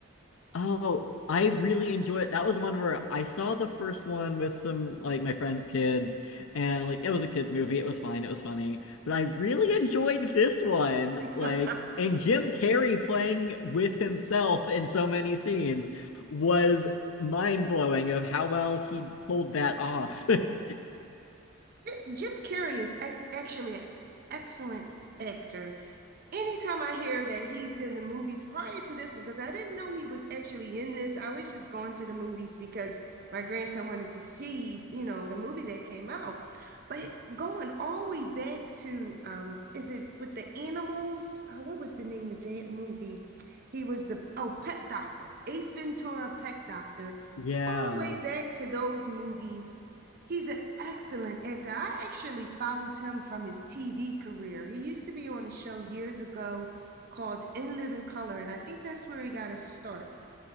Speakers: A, on the left (about 70°); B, on the right (about 45°).
A: Oh, I really enjoy it. That was one where I saw the first one with some like my friend's kids, and like it was a kids movie. It was fine. It was funny, but I really enjoyed this one.
B: <laughs>
A: Like, and Jim Carrey playing with himself in so many scenes was mind blowing of how well he pulled that off. <laughs>
B: Jim Jim Carrey is ac- actually an excellent actor anytime I hear that he's in the movies prior to this one, because I didn't know he was actually in this, I was just going to the movies because my grandson wanted to see, you know, the movie that came out. But going all the way back to, um, is it with the animals? Uh, what was the name of that movie? He was the, oh, Pet Doctor, Ace Ventura, Pet Doctor,
A: Yeah,
B: all the way back to those movies He's an excellent actor. I actually followed him from his TV career. He used to be on a show years ago called In Living Color, and I think that's where he got his start.